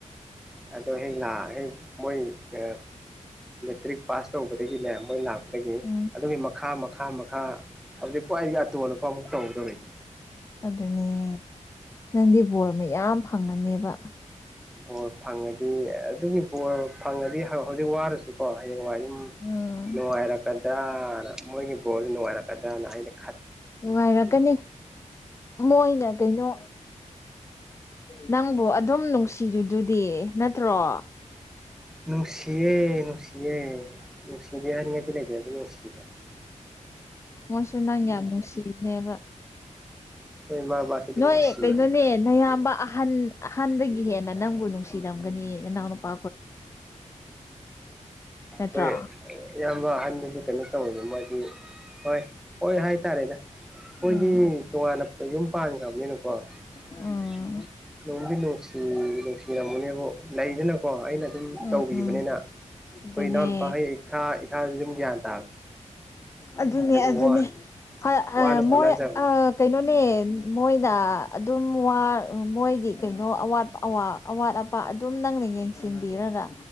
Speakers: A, in the centre; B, on the left.
A: ꯑꯗꯣ ꯍ ꯂ ꯍ ꯃꯣꯏ ꯀ ꯇ꯭ꯔꯤꯛ ꯄꯥꯁ ꯇꯧꯕꯗꯒꯤꯅꯦ ꯃꯣꯏ ꯂꯥꯛꯄꯗꯒꯤ
B: ꯎꯝ
A: ꯑꯗꯨꯒꯤ ꯃꯈꯥꯥ ꯃꯈꯥ ꯃꯈꯥ ꯍꯧꯖꯤꯛ ꯈ꯭ꯋꯥꯏꯗꯒꯤꯇꯣꯜꯂꯛꯄ ꯑꯃꯨꯛ ꯇꯧꯗꯧꯔꯤꯁꯦ
B: ꯑꯗꯨꯅꯦ ꯅꯪꯗꯤ ꯕꯣꯔ ꯃꯌꯥꯝ ꯐꯪꯉꯅꯦꯕ
A: ꯕꯣꯔ ꯐꯪꯉꯗꯤ ꯑꯗꯨꯒꯤ ꯕꯣꯔ ꯐꯪꯉꯗꯤ ꯍꯧꯖꯤꯛ ꯋꯥꯔꯁꯨꯀꯣ ꯍꯌꯦꯡ ꯋꯥ ꯁꯝ
B: ꯎꯝ
A: ꯅꯨꯡꯉꯥꯏꯔꯛꯀꯗ꯭ꯔꯅ ꯃꯣꯏꯒꯤ ꯕꯣꯜꯗ ꯅꯨꯡꯉꯥꯏꯔꯛꯀꯗ꯭ꯔꯅ ꯍꯥꯏꯗꯤ
B: ꯅꯨꯡꯉꯥꯏꯔꯛꯀꯅꯤ ꯃꯣꯏꯅ ꯀꯩꯅꯣ ꯅꯪꯕꯨ ꯑꯗꯨꯝ ꯅꯨꯡꯁꯤꯔꯤꯗꯨꯗꯤ ꯅꯠꯇ꯭ꯔꯣ
A: ꯅꯨꯡꯁꯤꯑꯦꯅꯨꯡ ꯁꯤꯑꯦ ꯁꯤꯗ ꯌꯥꯅꯤ ꯂꯩꯒꯦ ꯑꯗꯨ ꯂꯁꯤꯗ
B: ꯃꯣꯏꯁꯨ ꯅꯪ ꯌꯥꯝ ꯅꯨꯡꯁꯤꯅꯦꯕ
A: ꯑꯩꯈꯣꯏ ꯏꯃꯥ ꯕꯕꯥꯁꯨ ꯑꯗꯨꯝ
B: ꯅꯣꯏ
A: ꯅꯨꯡꯁꯤꯕꯅꯦ
B: ꯀꯩꯅꯣꯅꯦ ꯅꯌꯥꯝꯕ ꯑꯍꯟ ꯍꯥꯟꯗꯒꯤ ꯍꯦꯟꯅ ꯅꯪꯕꯨ ꯅꯨꯡꯁꯤꯔꯝꯒꯅꯤ ꯅꯅꯥꯎ ꯅꯨꯄꯥ ꯅꯠꯇ꯭ꯔꯣ
A: ꯀꯏ ꯑꯌꯥꯝꯕ ꯑꯍꯥꯟꯕꯁꯦ ꯀꯩꯅꯣ ꯇꯧꯋꯦꯕ ꯃꯥꯗꯤ ꯍꯣꯏ ꯍꯣꯏ ꯍꯥꯏꯇꯥꯔꯦꯗ ꯃꯣꯏꯗꯤ
B: ꯎꯝ ꯑꯗꯨꯅꯦ
A: ꯇꯣꯉꯥꯟꯅ ꯌꯨꯝ ꯄꯥꯟꯈ꯭ꯔꯕꯅꯤꯅ ꯀꯣ ꯂꯣꯡꯕꯤ
B: ꯎꯝ
A: ꯅꯨꯡꯗꯤ ꯅꯨꯡꯁꯤ ꯅꯨꯡꯁꯤꯔꯝꯃꯅꯦꯕ ꯂꯩꯗꯅꯀꯣ ꯑꯩꯅ ꯁꯨꯝ
B: ꯎꯝ
A: ꯇꯧꯕꯤꯕꯅꯤꯅ
B: ꯎꯝ
A: ꯑꯩꯈꯣꯏ
B: ꯑꯗꯨꯅꯦ
A: ꯏꯅꯥꯎ ꯅꯨꯄꯥꯍꯩ ꯏꯈꯥ ꯏꯈꯥ ꯑꯗꯨꯝ ꯒ꯭ꯌꯥꯟ ꯇ
B: ꯑꯗꯨꯅꯦ ꯑꯗꯨꯅꯦ
A: ꯋꯥ
B: ꯑ
A: ꯋꯥꯅ ꯍꯣꯠꯅꯖꯕꯗꯣ
B: ꯃꯣꯏ ꯑ ꯀꯩꯅꯣꯅꯦ ꯃꯣꯏꯅ ꯑꯗꯨꯝ ꯃꯣꯏꯒꯤ ꯀꯩꯅꯣ ꯑꯋꯥꯠ ꯑꯋꯥ ꯑꯋꯥꯠ ꯑꯄꯥ ꯑꯗꯨꯝ ꯅꯪꯅ ꯌꯦꯡꯁꯤꯟꯕꯤꯔꯒ